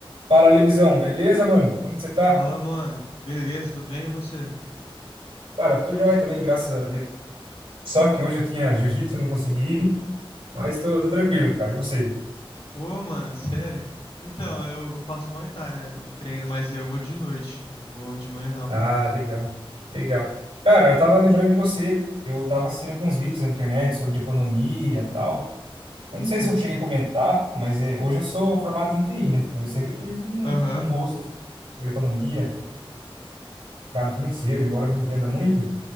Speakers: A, on the right (about 80°); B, on the left (about 80°).
A: Fala, Levisão, beleza, mano? Como que você tá?
B: Fala, mano. Beleza, tô bem, e você?
A: Cara, eu tô joia também, graças a Deus. Só que hoje eu tinha jiu-jitsu, não consegui ir, mas tô, tô tranquilo, cara. E você?
B: Pô, mano, sério? Então, eu eu faço Muay Thai, né? Eu Treino, mas eu vou de noite. Eu não vou de manhã, não.
A: Ah, legal, legal. Cara, eu tava lembrando de você. Eu tava assistindo alguns vídeos na internet sobre economia e tal.
B: Eita.
A: Eu não sei se eu cheguei a comentar, mas é, hoje eu sou formado em TI, né? Mas eu sempre tive um,
B: Aham.
A: um gosto assim, por economia, cara, financeiro, embora eu não entenda muito.